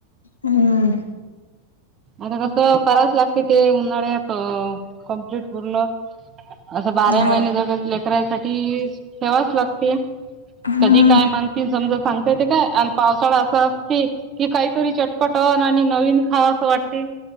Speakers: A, on the left; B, on the right.
A: हम्म
B: आता कस करायच लागते ते उन्हाळ्यात कमप्लीट परलं असं बारा
A: हाव
B: महिने जर लेकरासाठीठी ठेवाच लागते
A: हम्म
B: कधी काय माणस समजा सांगता येत काय आणि पावसाळा असा की काहीतरी चटपट आणि नवीन खा असं वाटते